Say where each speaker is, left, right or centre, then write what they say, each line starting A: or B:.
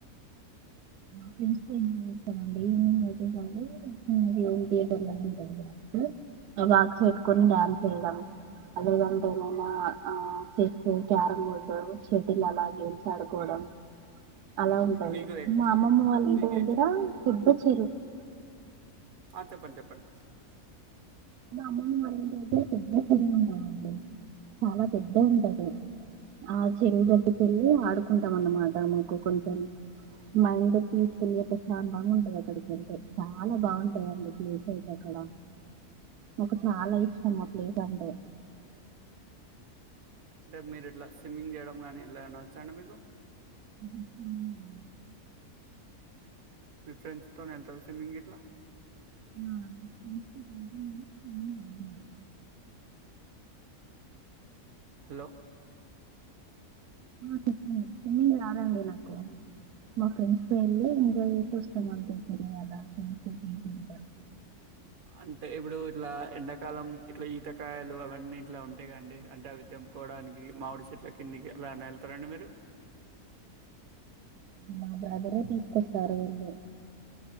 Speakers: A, on the right; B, on the right.
A: ఆ ఫ్రెండ్స్ తో ఎంజాయ్ చేస్తాం అండి ఈవినింగ్ అయితే చాలు. ఈవినింగ్ ఏ థియేటర్లోనూ బక్ ఆ బాక్స్ పెట్టుకొని డ్యాన్స్ వేయడం అదేవిధంగా ఏమైనా ఆ చెస్, క్యారం బోర్డు, షటిల్, అలా గేల్స్ ఆడుకోవడం. అలా ఉంటది
B: మీకు
A: మా అమ్మమ్మ వాళ్ళంటి
B: మీకు
A: దగ్గర పొద్దొచ్చిండ్రు
B: ఆ చెప్పండి చెప్పండి
A: అ అమ్మని వాారు ఇంటి దగ్గర పెద్ద చెరువు ఉంటందండి చాలా పెద్దగా ఉంటది. అ చెరువు గాట్టిక వెళ్ళి ఆడుకుంటాం అన్నమాట మీ కొంచెం మైండ్ పీస్ ఫుల్ గా ప్రశాంతంగా ఉంటాది అక్కడికి వెళ్తే చాలా బాగుంటాయిండి ప్లేస్ అయితే అక్కడ. నాకు చాలా ఇస్ స్టామ్ము ప్లేస్ అంటే.
B: అంటే మీరు ఇట్లా స్విమ్మింగ్ చేయడం గాని ఇలా ఏమన్న వచ్చాండి మీకు.
A: ఉమ్ ఉమ్
B: మీ ఫ్రెండ్స్ తో వెళ్తారా సిమ్మింగ్ ఇట్లా.
A: ఆహ్
B: హలో
A: ఆహ ఓకే. ఉమ్ స్విమ్మింగ్ రాదండి నాకు. కో మా ఫ్రెండ్స్ తో వెళ్ళి ఎంజాయ్ చేసి వస్తాము అంతే. నేను అలా చూసి పడుకుంటా.
B: అంటే ఇప్పుడు ఇట్లా ఎండాకాలం ఇట్లా ఈతకాయలు అవన్నీ ఇట్లా ఉంటాయి కదాండి. అంటే అవి తెంపుకోవడానికి మామిడి చెట్ల కిందికి అలాన్న వెళ్తారండి మీరు.
A: మా బ్రదరే తీసుకొస్తారు వెళ్లి.